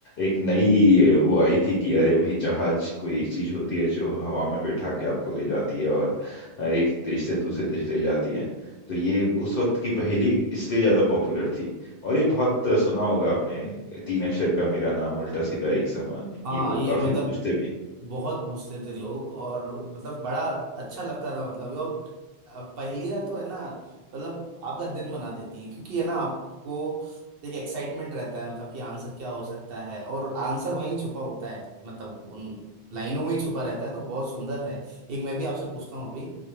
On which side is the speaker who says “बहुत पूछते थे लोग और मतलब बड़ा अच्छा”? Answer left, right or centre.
Right